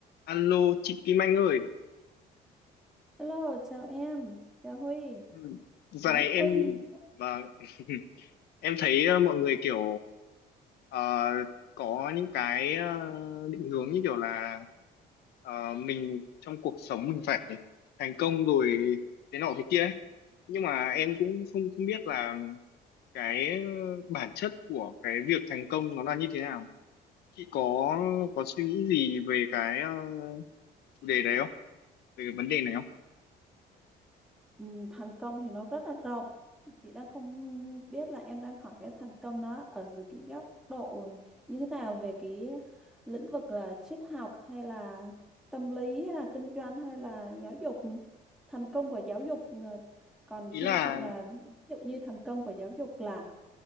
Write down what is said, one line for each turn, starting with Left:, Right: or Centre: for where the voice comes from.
Left: Alo chị Kim Anh ơi,
Centre: Hello, chào em, chào Huy,
Left: Ừ, giờ
Centre: Tuấn
Left: này em
Centre: Huy,
Left: và <laughs> em thấy ờ, mọi người kiểu ờ, có những cái ờ, định hướng như kiểu là ờ, mình trong cuộc sống mình phải thành công rồi thế nọ thế kia ấy. Nhưng mà em cũng không không biết là cái ờ, bản chất của cái việc thành công nó là như thế nào. Chị có có suy nghĩ gì về cái ờ, chủ đề này không? Về cái vấn đề này không?
Centre: Ừ, thành công thì nó rất là rộng chị đang không biết là em đang hỏi cái thành công nó ở dưới cái góc độ như thế nào về cái lĩnh vực là triết học hay là tâm lý hay là kinh doanh hay là giáo dục thành công của giáo dục ờ, còn
Left: Ý
Centre: theo
Left: là
Centre: chị là ví dụ như thành công của giáo dục là